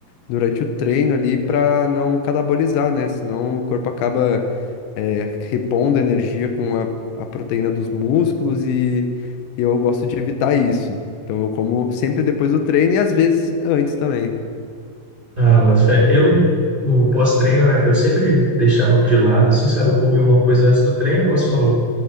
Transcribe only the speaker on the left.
durante o treino ali, para não catabolizar, né? Senão o corpo acaba é, repondo a energia com a, a proteína dos músculos e, e eu gosto de evitar isso. Então eu como sempre depois do treino e às vezes antes também.